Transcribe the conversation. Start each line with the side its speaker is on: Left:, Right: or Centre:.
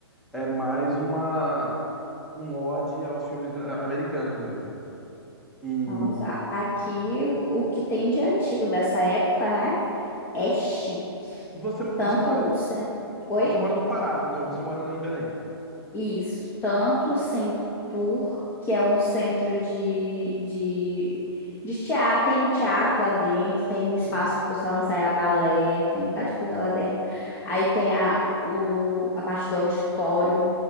Centre: É mais uma um ode aos filmes a- americanos mesmo. E
Left: Nossa, aqui o, o que tem de antigo dessa época, né? É chique.
Centre: você
Left: Tanto
Centre: você mora
Left: o centro. Oi?
Centre: você mora no Pará, não, você mora no- em Belém.
Left: Isso, tanto o Centur, que é um centro de, de, de teatro, tem teatro lá dentro, tem espaço
Centre: Uhum.
Left: para o pessoal ensaiar balé, tem um bocado de coisa lá dentro. Aí tem a, o, a parte do auditório.